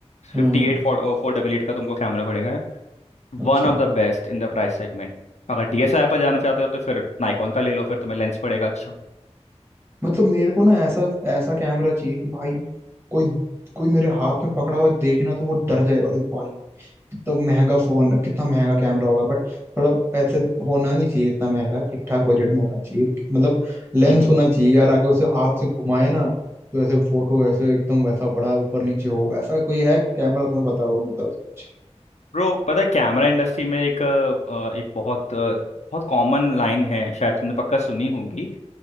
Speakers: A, on the right (about 20°); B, on the left (about 75°).
A: हम्म
B: fifty eight four four double eight का तुमको कैमरा पड़ेगा
A: अच्छा
B: One of the best in the price segment अगर डीएसएलआर पर जाना चाहते हो तो फिर नाइकॉन का ले लो फिर तुम्हें लेंस पड़ेगा अच्छा
A: मतलब मेरे को ना ऐसा ऐसा कैमरा चाहिए कि भाई कोई कोई मेरे हाथ में पकड़ा हुआ देखे ना तो वो डर जाए अरे भाई कितना महंगा फोन कितना महंगा कैमरा होगा बट थोड़ा ऐसे होना नहीं चाहिए इतना महंगा ठीक ठाक बजट में होना चाहिए मतलब लेंस
B: हम्म
A: होना चाहिए यार आगे वैसे हाथ से घुमाए ना तो ऐसे फोटो ऐसे एकदम वैसा बड़ा ऊपर नीचे हो ऐसा कोई है कि कैमरा तुम्हें पता हो मतलब ऐसा कुछ
B: ब्रो पता है कैमरा इंडस्ट्री में एक अ, अ, एक बहुत अ, बहुत कॉमन लाइन है शायद तुमने पक्का सुनी होगी